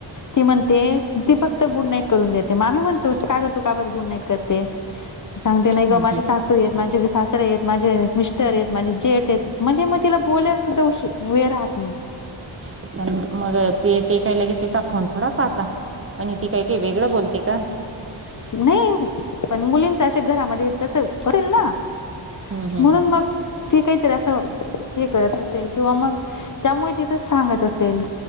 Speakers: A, on the left; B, on the right.
A: ती म्हणते ती फक्तं गुड नाईट करून देते. मग आम्ही म्हणतो का गं का बर तु का भर् गुड नाईट करते? तेंअ सांगते
B: हम्म
A: नाही गं माझे
B: हम्म
A: सासू आहेत. माझे सास. सासरे, माझे मिस्टर आहेत. माझे जेठ् आहेत. म्हणजे मग तिला बोलायला सुद्धा वेळ राहत नाही.
B: <inaudible> मगं ते- ते काई लगी तिचा फोन थोडा पाहतात. आणि ती काय- काई वेगळे बोलते का? <inaudible>
A: नाहीं पण मुलींच <unintelligible> अशेल घरामध्ये तसं होईल, नां
B: हम्म हम्म
A: म्हणून
B: हम्म
A: मगं. ती काहीतरी असं हे करत, असेल किंवा मगं त्यामुळे ती तसं सांगत असेल.